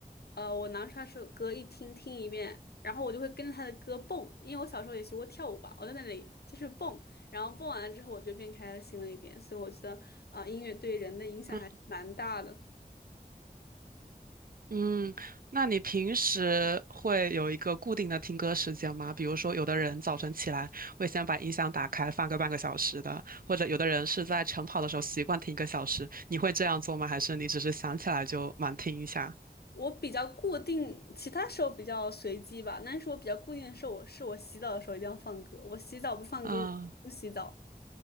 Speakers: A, on the left (about 80°); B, on the right (about 65°).
A: 呃，我拿出他首歌一听听一遍，然后我就会跟着他的歌蹦，因为我小时候也学过跳舞吧，我在那里就是蹦，然后蹦完了之后我就变开心了一点，所以我觉得啊、呃音乐对人的影响还蛮大的。
B: 嗯嗯，那你平时会有一个固定的听歌时间吗？比如说，有的人早晨起来会先把音响打开放个半个小时的，或者有的人是在晨跑的时候习惯听一个小时。你会这样做吗？还是你只是想起来就蛮听一下？
A: 我比较固定，其他时候比较随机吧，但是我比较固定的是我是我洗澡的时候一定要放歌，我洗澡不放歌我不洗澡，
B: 啊，